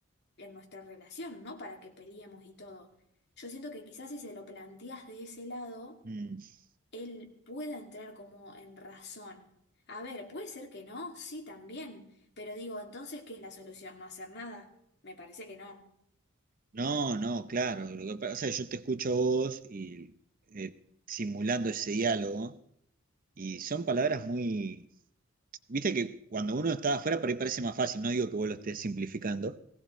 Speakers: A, on the left; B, on the right.
A: en nuestra relación, no para que peleemos y todo. Yo siento que quizás si se lo planteas de ese lado
B: mm.
A: él pueda entrar como en razón. A ver, puede ser que no, sí, también, pero digo, entonces, ¿qué es la solución? ¿No hacer nada? Me parece que no.
B: No, no, claro. Lo que pasa es que yo te escucho a vos y eh, simulando ese diálogo, y son palabras muy. Viste que cuando uno está afuera por ahí parece más fácil, no digo que vos lo estés simplificando,